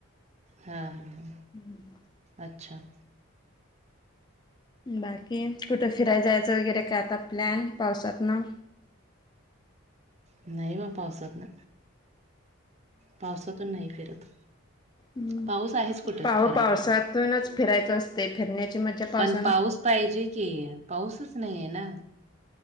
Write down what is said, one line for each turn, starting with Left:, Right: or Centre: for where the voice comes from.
Right: हा, हा.
Left: हम्म!
Right: अच्छा!
Left: बाकी कुठं फिराय जायचं वगैरे काय आता प्लॅन पावसात न.
Right: नाही वा पावसात न पावसातून नाही फिरत.
Left: पा
Right: पाऊस आहेच कुठं
Left: पा
Right: फिरायला.
Left: पावसातूनच फिरायचं असते फिरण्याची मज्जा पावसानं
Right: पण पाऊस पाहिजे की पाऊसच नाहीे आहे ना.